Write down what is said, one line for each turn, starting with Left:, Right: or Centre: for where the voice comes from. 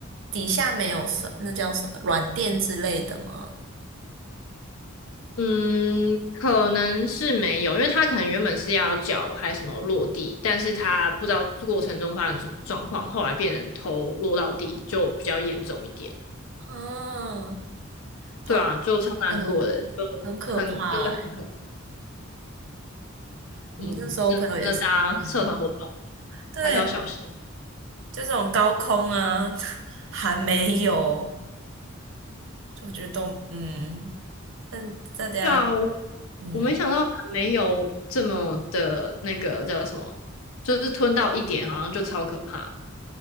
Right: 底下没有什那叫什么软垫之类的吗？
Left: 嗯，可能是没有，因为他可能原本是要脚还什么落地，但是他不知道过程中发生什么状况，后来变成头落到地，就比较严重一点。
Right: 啊，好，
Left: 对啊，就超难过的，
Right: 那很
Left: 就很真的很
Right: 很可怕哎、我们那时候朋友也是，
Left: 嗯，真的大家社团活动
Right: 嗯，对，
Left: 还是要小心。
Right: 就这种高空啊，<laughs> 还没有，我觉得都嗯，但大家
Left: 对啊，我
Right: 嗯，
Left: 我没想到还没有这么的那个叫什么，就是吞到一点，好像就超可怕